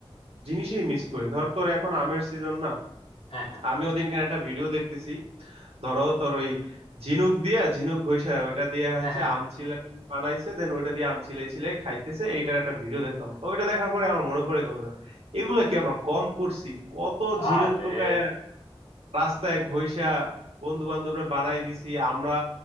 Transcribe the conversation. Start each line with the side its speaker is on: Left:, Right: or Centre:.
Right: জিনিসই মিস করি ধর তোর এখন আমের সিজন না
Left: হ্যাঁ হ্যাঁ
Right: আমি ওদিনকার একটা ভিডিও দেখতেছি ধরো তোর ওই ঝিনুক দিয়া ঝিনুক ঘষা ওইটা দিয়ে হচ্ছে
Left: হ্যাঁ হ্যাঁ
Right: আমচিলাই বানাইছে দেন ওইটা দিয়ে আমচিলাই চিলাই খাইতেছে এইটার একটা ভিডিও দেখলাম তো ওইটা দেখার পরে আমার মনে পড়ে গেল যে, এগুলা কি আমরা কম করছি কত
Left: আরে
Right: ঝিনুক টোকায় রাস্তায় ঘষা বন্ধু বান্ধবরা বানাই দিছি আমরা